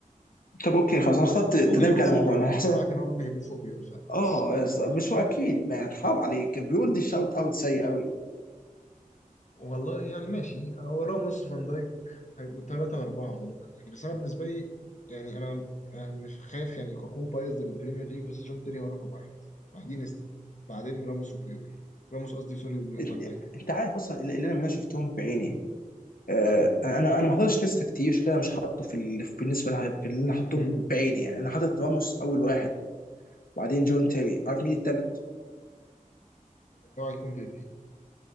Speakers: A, on the left; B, on the left.
A: طب اوكي خلاص انا اخترت تدمج
B: ممكن يكون
A: على
B: فوق
A: الموضوع
B: بيول
A: انا حاسس
B: انا معاك ان هو ممكن يكون فوق بيول فعلا
A: اه
B: بس آه،
A: يا اسطى، مش هو اكيد يعني حرام عليك بيقول دي الشوت اوت سيء قوي
B: والله يعني ماشي هو راموس فان دايك هيبقوا ثلاثة أربعة غالبا يعني بس أنا بالنسبة لي يعني أنا آه، مش خايف يعني أكون بايظ للبريمير ليج بس جون تيري هو رقم واحد بعدين نيستا بعدين راموس وبيول راموس قصدي سوري وفان
A: انت
B: دايك
A: أنت عارف اصلا اللي اللي انا اللي انا شفتهم بعيني آه، انا انا ما حضرتش ناس كتير عشان كده مش حاطه في ال- في بالنسبه لها- في اللي انا حاطهم
B: امم
A: بعيني يعني انا حاطط راموس اول واحد وبعدين جون تيري عارف مين التالت؟
B: اوعى يكون بيبي